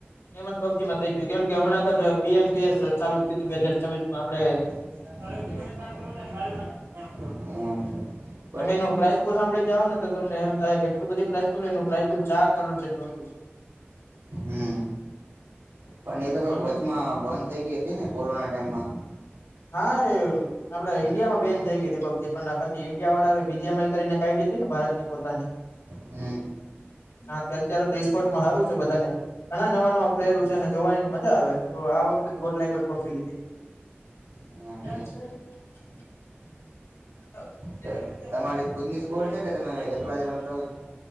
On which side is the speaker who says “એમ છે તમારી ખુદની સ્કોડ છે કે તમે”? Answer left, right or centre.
Right